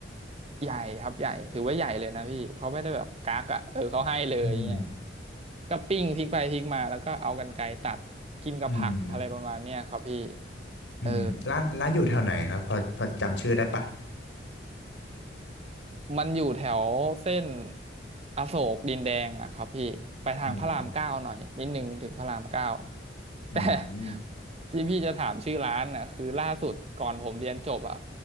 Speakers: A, on the right (about 35°); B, on the left (about 85°).
A: ใหญ่ครับใหญ่ถือว่าใหญ่เลยนะพี่เขาไม่ได้แบบกักอ่ะเออเขาให้เลยเงี้ย
B: อืม
A: ก็ปิ้งพลิกไปพลิกมาแล้วก็เอากรรไกรตัดกินกับผักอะไรประมาณเนี้ยครับพี่
B: อืมอืมร้านร้านอยู่แถวไหนครับพอพอจำชื่อได้ปะ
A: เออ มันอยู่แถวเส้นอโศกดินแดงอะครับพี่ไปทางพระรามเก้าหน่อยนิดนึงถึงพระรามเก้า
B: อืม
A: <laughs>
B: อืม
A: แต่ <laughs> ที่พี่จะถามชื่อร้านน่ะคือล่าสุดก่อนผมเรียนจบอะ